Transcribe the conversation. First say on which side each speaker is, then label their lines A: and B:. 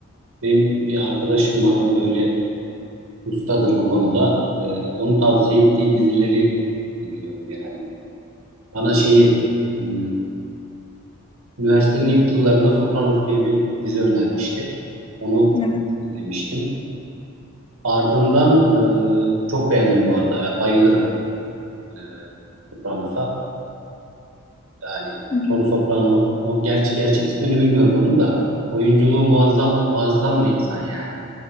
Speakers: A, on the right; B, on the left.
A: Benim bir arkadaşım var o böyle ustadır bu konuda. Ee, onun tavsiye ettiği dizileri izliyorum genelde. Bana şeyi hmm, üniversitenin ilk yıllarında Sopranos diye bir dizi önermişti. Onu
B: Evet.
A: izlemiştim. Ardından e, çok beğendim bu arada. Ya, bayılırım e, Sopranos'a. Yani
B: Hı hı.
A: Tony Soprano, onun gerçi gerçek ismini bilmiyorum onun da. Oyunculuğu muazzam, muazzam bir insan yani.